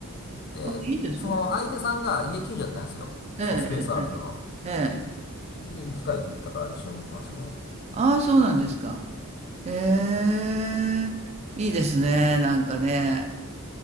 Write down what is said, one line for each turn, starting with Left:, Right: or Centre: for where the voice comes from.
Left: で、
Right: あ、いいですね。
Left: その相手さんが家近所だったんですよ。
Right: ええ、
Left: そのスペースワールドの。
Right: ええ、ええ。
Left: で行きたいって言ったから一緒に行きましたね。
Right: ああ、そうなんですか。ええ。いいですね。なんかね。